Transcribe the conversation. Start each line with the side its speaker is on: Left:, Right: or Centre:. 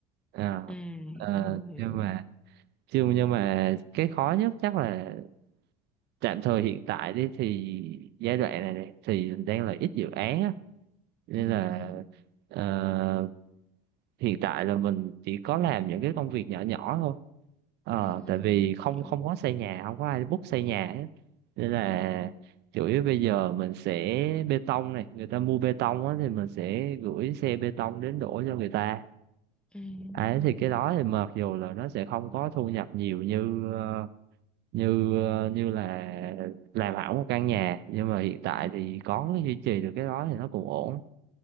Right: à,
Centre: À
Right: ờ,
Centre: hiểu hiểu hiểu.
Right: nhưng mà chứ nhưng mà cái khó nhất chắc là tạm thời hiện tại đi thì giai đoạn này, này thì đang là ít dự án á nên
Centre: ừ
Right: là
Centre: ừ
Right: ờ, hiện tại là mình chỉ có làm những cái công việc nhỏ nhỏ thôi Ờ,
Centre: ừ ừ
Right: tại
Centre: ừ
Right: vì không
Centre: Hiểu.
Right: không có xây nhà không có ai book xây nhà hết nên là
Centre: ừ ừ
Right: chủ yếu bây giờ mình sẽ bê tông này người ta mua bê tông á thì mình sẽ gửi xe bê tông đến đổ cho người ta
Centre: À hiểu.
Right: Đấy, thì cái đó thì mặc dù là nó sẽ không có thu nhập nhiều như ờ, như ờ, như là làm hỏng một căn nhà nhưng mà hiện tại
Centre: ừ,
Right: thì
Centre: ừ.
Right: có duy trì được cái đó thì nó cũng ổn